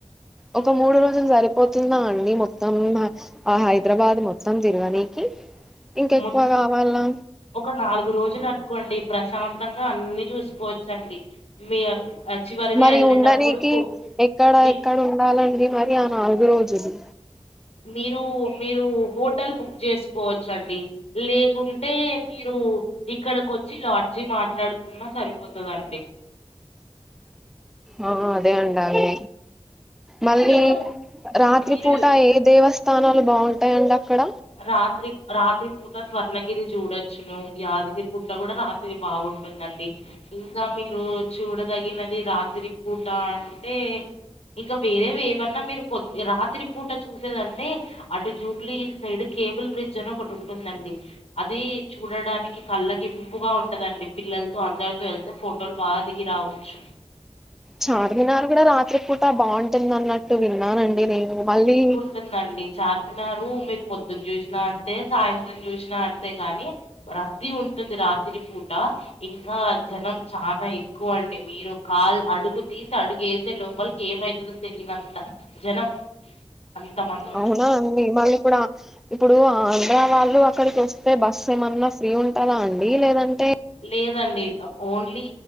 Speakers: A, in the centre; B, on the left.
A: ఒక మూడు రోజులు సరిపోతుందా అండి మొత్తం మ్యక్స్ ఆ హైదరాబాద్ మొత్తం తిరగనీనకి ఇంకెక్కువ
B: మొ
A: కావాల్నా
B: ఒక నాలుగు రోజులు అనుకోండి ప్రశాంతంగా అన్ని చూసుకోవచ్చండి మీ చివరిగా
A: మరి
B: వెళ్ళేటప్పుడు
A: ఉండనికి ఎక్కడ
B: మీ
A: ఎక్కడ ఉండాలండి మరి ఆ నాలుగు రోజులు
B: మీరు మీరు హోటల్ బుక్ చేసుకోవచ్చండి లేకుంటే మీరు ఇక్కడికి వచ్చి లాడ్జీ మాట్లాడుకున్నా సరిపోతుందండి
A: ఆ అదే వండాలి మళ్ళీ
B: మీరు
A: రాత్రిపూట
B: మీరు
A: ఏ దేవస్థానాలు బాగుంటాయండి అక్కడ
B: రాత్రి రాత్రి పూట స్వర్ణగిరి చూడొచ్చును యాదగిరి గుట్ట కూడా రాత్రి బాగుంటుందండి ఇంకా మీరు చూడదగినది రాత్రి పూట అంటే ఇంకా వేరే ఏవన్నా మీరు పొద్ రాత్రి పూట చూసేదంటే అటు Jubilee Hills side cable bridge అని ఒకటి ఉంటుందండి అది చూడడానికి కళ్ళకింపుగా ఉంటదండి పిల్లలతో అందరితో వెళ్తే ఫోటో బా దిగి రావచ్చు
A: చార్మినార్ కూడా రాత్రి పూట బాగుంటుంది అన్నట్టు విన్నానండి నేను మళ్ళీ
B: వస్తుందండి చార్మినారు మీరు పొద్దున్న చూసినా అంతే సాయంత్రం చూసినా అంతే గానీ రద్దీ ఉంటుంది రాత్రి పూట ఇంకా జనం చాలా ఎక్కువ అండి మీరు కాల్ అడుగు తీసి అడుగు ఏసే లోపల ఏమవుతదో తెలియనంత జనం అంతమంది
A: అవునా అండి మళ్ళీ ఇప్పుడ ఇప్పుడు ఆంధ్ర వాళ్ళు అక్కడికి వస్తే బస్సు ఏమన్నా ఫ్రీ ఉంటదా అండి లేదంటే
B: లేదండి ఓన్లీ